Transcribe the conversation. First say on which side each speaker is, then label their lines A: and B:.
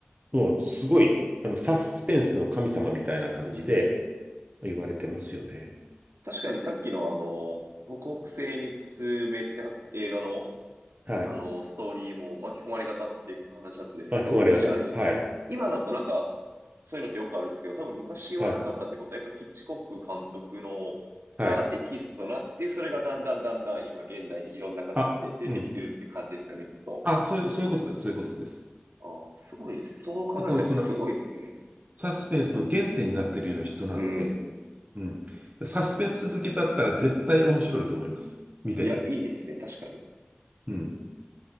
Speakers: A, on the right (about 35°); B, on the right (about 80°).
A: もうすごい、あの、サスペンスの神様みたいな感じで
B: うん。
A: 言われてますよね。
B: 確かにさっきのあの、北北西に進めって映画の、
A: はい。
B: あの、ストーリーも巻き込まれ方って話だったんですけど、
A: 巻き込まれ方。
B: 確かに、
A: はい。
B: 今だとなんか、そういうのってよくあるんですけど、多分昔はなかったってことは、
A: はい。
B: やっぱヒッチコック監督のがエキスとなって、
A: はい。
B: それがだんだんだんだん今現代にいろんな形で出てきてるって感じですよね、
A: あ、うん。
B: きっと。
A: あ、そういう、そういうことです。そういうことです。
B: ああ、すごい。そう考えるとやっぱすごいですね。
A: だから、その、ササスペンスの原点になっているような人なんで、
B: うん。
A: うん。サスペンス好きだったら絶対面白いと思います。見てて。
B: いや、いいですね。確かに。
A: うん。